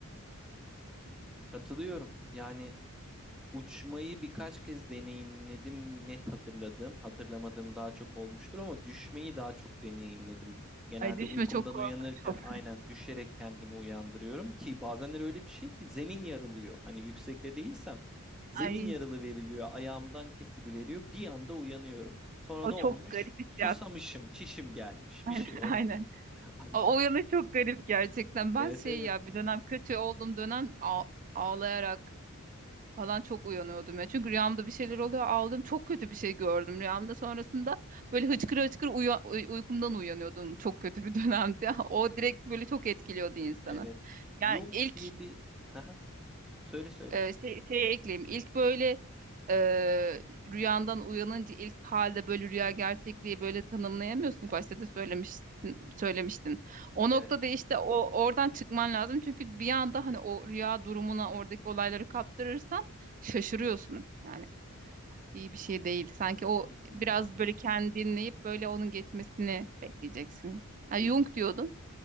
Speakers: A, in the centre; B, on the right (about 35°).
A: Katılıyorum. Yani Uçmayı birkaç kez deneyimledim. Net hatırladım. Hatırlamadığım daha çok olmuştur ama düşmeyi daha çok deneyimledim. Genelde
B: Ay düşme
A: uykumdan
B: çok korkunç
A: uyanırken
B: oldu.
A: aynen düşerek kendimi uyandırıyorum ki bazenler öyle bir şey ki zemin yarılıyor. Hani yüksekte değilsem zemin
B: Ay
A: yarılı veriliyor, ayağımdan kesili veriyor. Bir anda uyanıyorum. Sonra
B: o
A: ne olmuş?
B: çok garip hissiyat.
A: Susamışım, çişim gelmiş,
B: <laughs> Aynen.
A: bir şey olmuş.
B: aynen.
A: <laughs> Abi
B: O, o yanı çok garip gerçekten. Ben
A: Evet
B: şey
A: evet.
B: ya bir dönem kötü olduğum dönem ağ- ağlayarak falan çok uyanıyordum ya. Çünkü rüyamda bir şeyler oluyor. Ağladım. Çok kötü bir şey gördüm rüyamda. Sonrasında böyle hıçkıra hıçkıra uya- uy- uykumdan uyanıyordum. Çok kötü bir dönemdi. <laughs> O direkt böyle çok etkiliyordu insanı.
A: Evet. Jung
B: Yani ilk
A: diye bir <laughs> Haha, söyle söyle.
B: e, şey, şeye ekleyeyim. İlk böyle e, rüyandan uyanınca ilk halde böyle rüya gerçekliği böyle tanımlayamıyorsun. Başta da söylemiştin, söylemiştin. O noktada
A: Evet,
B: işte o oradan çıkman lazım. Çünkü bir anda hani o rüya durumuna oradaki olayları kaptırırsan şaşırıyorsun. Yani iyi bir şey değil. Sanki o
A: kesinlikle.
B: biraz böyle kendini dinleyip böyle onun geçmesini bekleyeceksin. Ha,
A: Kesinlikle.
B: Jung diyordun.